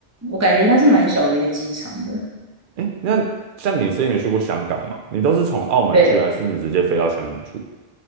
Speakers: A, on the right; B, on the right.
A: 我感觉他是蛮小的一个机场的。
B: 哎，那像你之前有去过香港吗？你都是从澳门去，
A: 对，
B: 还是你直接飞到香港去？